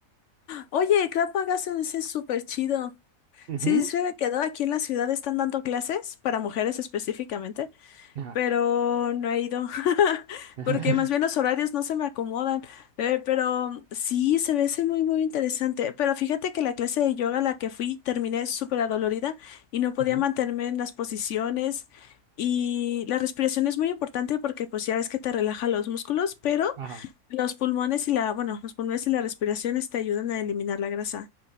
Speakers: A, on the left; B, on the right.
A: Oye, Krav se ese es súper chido.
B: Ujú.
A: Sí, se me quedó aquí en la ciudad, están dando clases para mujeres específicamente.
B: Ajá.
A: pero no he ido, <laughs>
B: <laughs>
A: porque más bien los horarios no se me acomodan, Eh, pero sí, se ve ese muy, muy interesante, pero fíjate que la clase de yoga a la que fui terminé súper adolorida y no podía
B: Ujú.
A: mantenerme en las posiciones y la respiración es muy importante porque pues ya ves que te relaja los músculos, pero
B: Ajá.
A: los pulmones y la, bueno, los pulmones y la respiración te ayudan a eliminar la grasa.